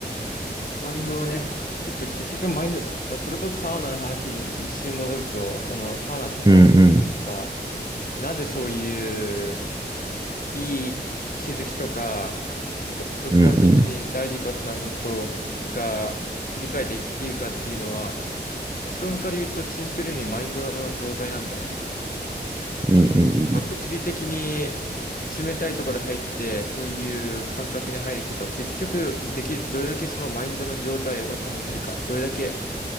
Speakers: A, on the left; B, on the right.
A: マインドはね、結局、結局マインド、だからそれこそサウナの話に一瞬戻ると、そのサウナ整ったりとか、
B: うんうん。
A: なぜそういういい気づきとか、ほ直感的に大事かなことが理解できるかっていうのは、
B: うんうん。
A: 結論から言うとシンプルにマインドの状態なんだよね。
B: うんうん。
A: まあ、物理的に冷たいところに入って、そういう感覚に入るけど、結局でき、どれだけそのマインドの状態を保てるか、どれだけ